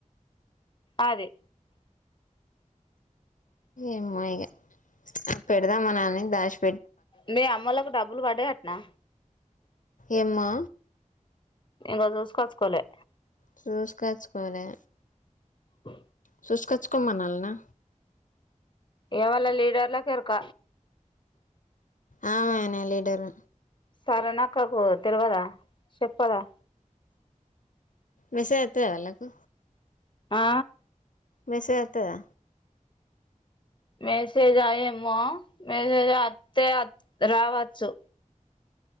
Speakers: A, on the left; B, on the left.
A: అదే
B: ఎమ్మో ఇగ పెడదామ్ అనని దాషు
A: మీ ఆమ్మో లకు డబ్బులు వడ్డాయాట్ నా
B: ఏమ్మా
A: ఇంగ చూసుకచ్చుకోలే
B: చూసుకచ్చుకోలే
A: ఆ
B: చూసుకచ్చుకోమన్ అల్ నా
A: ఎవాల్ల లీడర్ లకు ఎరుక
B: ఆమె నే లీడర్
A: తరా నక్క కు తెలువదా చెప్పదా
B: మెసేజ్ వత్తాద వాళ్ళకు
A: ఆ
B: మెసేజ్ అత్తదా
A: మెసేజ్ జా ఏమ్మో మెసేజ్ అతే రావచ్చు